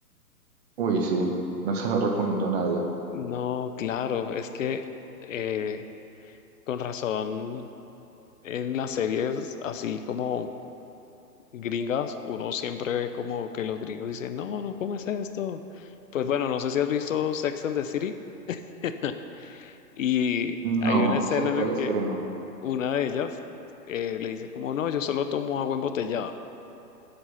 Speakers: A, on the right; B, on the left.
A: Uy, sí. No se lo recomiendo a nadie.
B: No, claro, es que eh, con razón en las series así como gringas, uno siempre ve como que los gringos dicen, no, no, ¿cómo es esto? Pues bueno, no sé si has visto Sex and the City <laughs> y hay
A: No,
B: una escena
A: sé
B: en
A: cuál
B: la
A: es,
B: que
A: pero no.
B: una de ellas eh, le dice como, no, yo solo tomo agua embotellada.